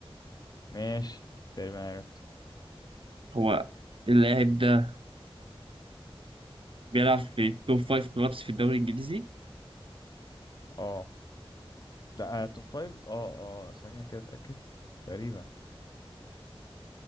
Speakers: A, on the left; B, on the right.
A: ماشي تقريبا عرفته
B: هو اللاعب ده بيلعب في توب 5 كلابس في الدوري الإنجليزي
A: اه لا آه توب فايف اه اه ثانية كده أتأكد تقريبا